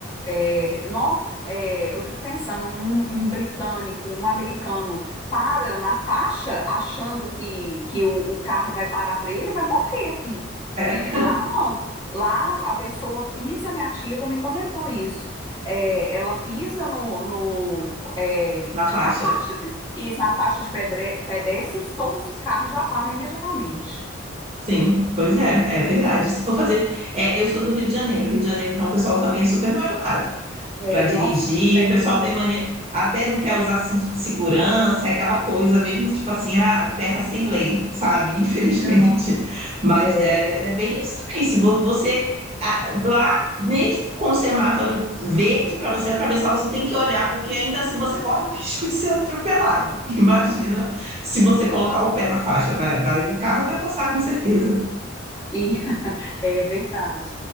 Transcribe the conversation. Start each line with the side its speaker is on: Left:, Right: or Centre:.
Left: É, nó- é, eu fico pensando, um, um britânico, um americano para na faixa achando que, que o, o carro vai parar para ele, vai morrer aqui,
Right: É,
Left: né? Lá não. Lá a pessoa pisa, minha tia também comentou isso. É, ela pisa no, no, é,
Right: na faixa.
Left: na faixa isso, na faixa de pedre- pedestres, todos os carros já param imediatamente.
Right: Sim, pois é, é verdade. Se for fazer. é, eu sou do Rio de Janeiro, Rio de Janeiro, então o pessoal também é super mal educado.
Left: É,
Right: para dirigir.
Left: nossa, terra
Right: O pessoal
Left: sem lei.
Right: tem mania, até não quer usar cinto de segurança, é aquela coisa mesmo, tipo assim, ah, terra sem lei, sabe? <laughs> Infelizmente.
Left: Aham.
Right: Mas
Left: É,
Right: é, é bem isso também. Se vo- você. ah, Lá, mesmo com o semáforo verde para você atravessar, você tem que olhar, porque ainda assim você corre o <laughs> risco de ser atropelado. <laughs> Imagina se você colocar o pé na faixa, vai, vai- o carro vai passar com certeza.
Left: e <laughs> é verdade.